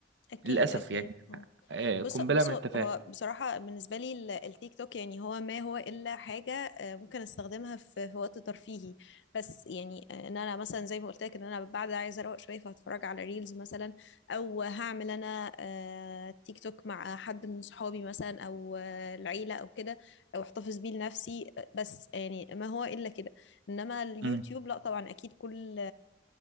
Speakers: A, on the left; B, on the right.
A: اكيد
B: للاسف
A: اكيد
B: يعني
A: آه.
B: آه، قنبله
A: بص بص
B: من
A: هو
B: التفاهه
A: بصراحة بالنسبة لي ال- التيك توك يعني هو ما هو إلا حاجة آه، ممكن استخدمها في في وقت ترفيهي بس يعني آه، ان انا مثلا زي ما قلت لك ان انا بعد عايزة اروق شوية فهتفرج على ريلز مثلا او هعمل انا آه، تيك توك مع حد من صحابي مثلا او آه، العيلة او كده او احتفظ بيه لنفسي آه، بس يعني ما هو إلا كده انما اليوتيوب
B: م-
A: لا طبعا اكيد كل